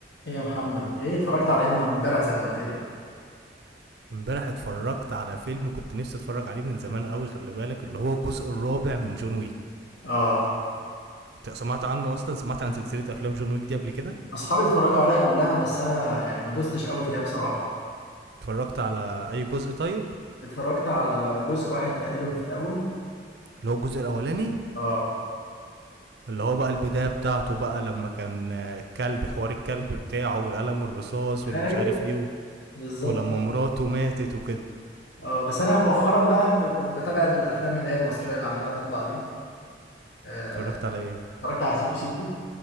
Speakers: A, on the left; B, on the right.
A: ايه يا محمد ايه اتفرجت على ان امبارح زي ما قلت لي
B: امبارح اتفرجت على فيلم كنت نفسي اتفرج عليه من زمان قوي خلي بالك اللي هو الجزء الرابع من جون ويك
A: اه
B: انت سمعت عنه اصلا سمعت عن سلسله افلام جون ويك دي قبل كده
A: اصحابي اتفرجوا عليها كلها بس انا يعني ما دوستش قوي فيها بصراحه
B: اتفرجت على اي جزء طيب
A: اتفرجت على جزء واحد تقريبا في الاول
B: اللي هو الجزء الاولاني
A: اه
B: اللي هو بقى البدايه بتاعته بقى لما كان آه، الكلب حوار الكلب بتاعه والقلم الرصاص واللي
A: ايوه
B: مش عارف ايه و-
A: بالظبط
B: ولما مراته ماتت وكده
A: اه بس انا مؤخرا بقى ب- ب- بتابع الافلام اللي هي المصريه اللي عماله تطلع دي آه،
B: اتفرجت على ايه
A: اتفرجت على سيكو سيكو